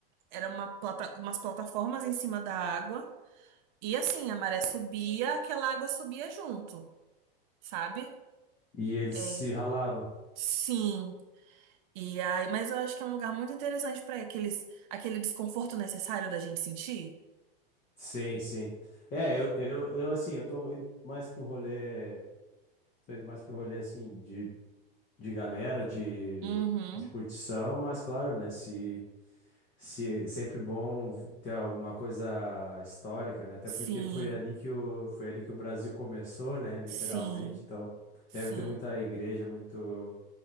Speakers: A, on the right; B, on the left.
A: era uma plata... umas plataformas em cima da água. E assim, a maré subia, aquela água subia junto, sabe?
B: E eles
A: É,
B: se ralavam.
A: sim. E aí, mas eu acho que é um lugar muito interessante para aqueles aquele desconforto necessário da gente sentir.
B: Sim, sim. É, eu, eu, eu assim, eu tô indo mais pro rolê, tô indo mais pro rolê assim de de galera, de,
A: Uhum.
B: de curtição, mas claro, né? Se, se é sempre bom ter alguma coisa histórica, né? Até
A: Sim,
B: porque foi ali que o, foi ali que o Brasil começou, né? Literalmente.
A: sim,
B: Então,
A: sim.
B: deve ter muita igreja, muito,